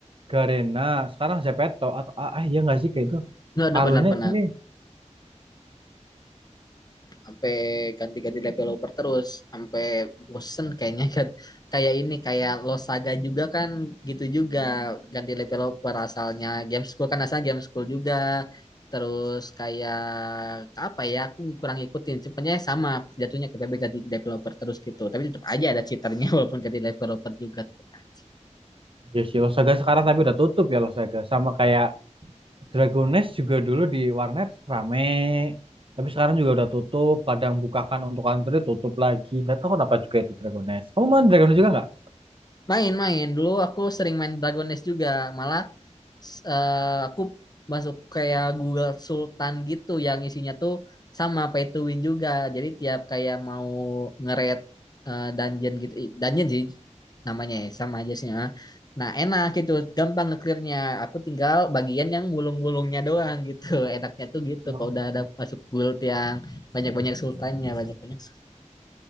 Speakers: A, on the right; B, on the left.
A: Garena, sekarang Zepeto atau ah ah, iya nggak sih kayak itu.
B: Nggak
A: Alurnya
B: benar-benar
A: ini
B: sampai ganti-ganti developer terus sampai bosen kayaknya kan- kayak ini kayak Lost Saga juga kan gitu juga ganti developer asalnya game school kan asalnya game school juga terus kayak apa ya aku kurang ikutin sebenarnya sama jatuhnya kita ganti developer terus gitu tapi tetap aja ada cheaternya <laughs> walaupun ganti developer juga tetap aja.
A: ya sih Losaga sekarang tapi udah tutup ya Losaga. Sama kayak Dragones juga dulu di warnet rame. Tapi sekarang juga udah tutup. Kadang bukakan untuk Android tutup lagi. nggak tahu kenapa juga itu Dragones. Kamu main Dragones juga nggak?
B: main-main dulu aku sering main Dragon Age juga malah s- eh, aku masuk kayak Google Sultan gitu yang isinya tuh sama pay to win juga. Jadi tiap kayak mau nge-raid eh, dungeon gitu, Ih, dungeon sih namanya ya, sama aja sih. ah. Nah enak gitu, gampang nge-clearnya. Aku tinggal bagian yang bulung-bulungnya doang gitu. <laughs> Enaknya tuh gitu,
A: Dan
B: kalau udah ada masuk guild yang banyak-banyak sultannya, banyak-banyak sultan.